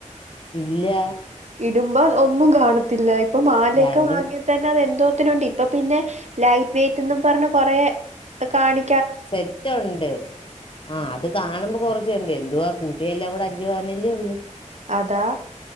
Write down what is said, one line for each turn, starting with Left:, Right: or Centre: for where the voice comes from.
Left: ഇല്ല.
Right: ഇടുമ്പോ ഒന്നും കാണത്തില്ല ഇപ്പം മാലയൊക്കെ
Left: രണ്ടും
Right: വാങ്ങിയാ തന്നെ അതെന്തോ ത്തിനുണ്ട് ഇപ്പ പിന്നെ ലൈറ്റ് വെയിറ്റന്നും പറഞ്ഞ് കൊറേ കാണി
Left: സെറ്റൊണ്ട് ആ അത് കാണുമ്പ കൊറച്ചെണ്ട് എന്തുവാ കൂട്ടിയാ എല്ലാം കൂടെ അഞ്ചുപവനല്ലേ ഒള്ള്.
Right: അതാ